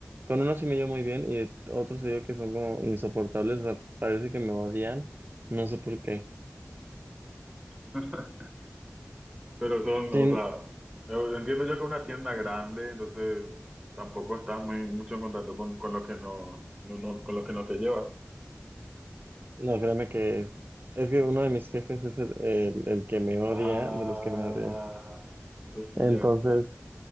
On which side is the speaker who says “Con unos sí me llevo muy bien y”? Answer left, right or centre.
Right